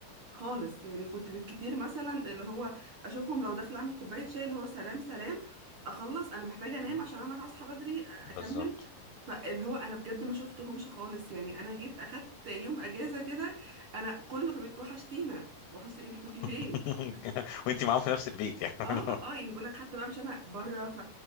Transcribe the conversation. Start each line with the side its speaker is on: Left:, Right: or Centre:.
Right: خالص يعني كنت بالكتير مثلا اللي هو اشوفهم لو داخله اعمل كوبايه شاي اللي هو سلام سلام اخلص انا محتاجه انام
Left: مم.
Right: عشان انا هصحى بدري أ- اكمل
Left: بالظبط
Right: فاللي هو انا بجد ما شفتهمش خالص يعني انا جيت اخدت يوم اجازه كده انا كله كان بيقول وحشتينا وحشتي انت كنت فين
Left: <laughs> وانتي معاهم في نفس البيت يعني
Right: اه
Left: <laughs>
Right: اه يعني بقول لك حتى بقى مش انا بره ف